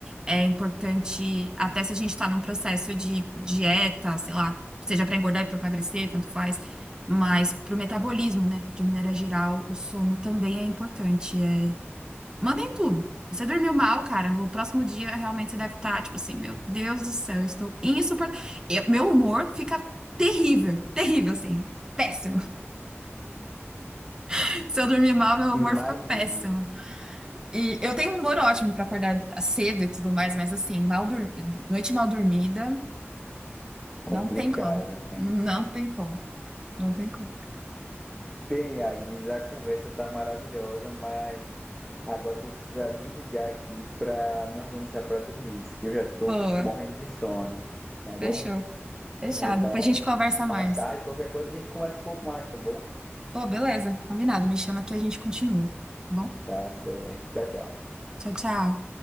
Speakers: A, on the right; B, in the centre.
A: é importante até se a gente está num processo de dieta, sei lá, seja para engordar e para emagrecer, tanto faz. Mas para o metabolismo, né? De maneira geral, o sono também é importante. Mandem tudo. Você dormiu mal, cara. O próximo dia realmente você deve estar, tipo assim, meu Deus do céu, eu estou insuportável. Meu humor fica terrível, terrível, assim, péssimo. <laughs> Se eu dormir mal, meu humor
B: Imagina,
A: fica péssimo. E eu tenho um humor ótimo pra acordar cedo e tudo mais, mas assim, mal dur... noite mal dormida, não
B: complicado,
A: tem como.
B: né?
A: Não tem como. Não tem como.
B: Bem, Agnes, a conversa tá maravilhosa, mas agora eu vou precisar desligar aqui para me organizar para dormir, que eu já tô
A: Boa.
B: morrendo de sono, tá
A: Fechou.
B: bom?
A: Fechado.
B: Então,
A: Depois a gente conversa mais.
B: mais tarde, qualquer coisa a gente conversa um pouco mais, tá bom?
A: Pô, beleza. Combinado. Me chama que a gente continua. tá Bom,
B: Tá certo. Tchau, tchau.
A: tchau, tchau.